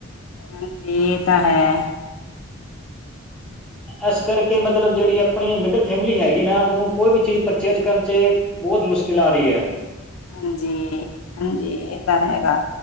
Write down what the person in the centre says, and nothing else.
ਇਸ ਕਰਕੇ ਮਤਲਬ ਜਿਹੜੀ ਆਪਣੀ ਮਿਡਲ ਫੈਮਿਲੀ ਹੈਗੀ ਨਾ। ਉਹਨੂੰ ਕੋਈ ਵੀ ਚੀਜ਼ ਪਰਚੇਜ ਕਰਨ ਚੇ। ਬਹੁਤ ਮੁਸ਼ਕਿਲ ਆ ਰਹੀ ਹੈ।